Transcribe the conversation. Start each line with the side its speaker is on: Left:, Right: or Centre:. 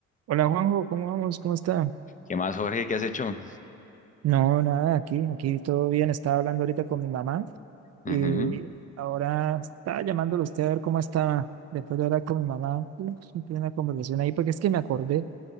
Right: Hola Juanjo, ¿cómo vamos? ¿Cómo está?
Left: ¿Qué más, Jorge? ¿Qué has hecho?
Right: No, nada, aquí, aquí todo bien. Estaba hablando ahorita con mi mamá
Left: Ujú.
Right: y ahora estaba llamándolo a usted a ver cómo estaba. Después de hablar con mi mamá, uf, tuve una conversación ahí porque es que me acordé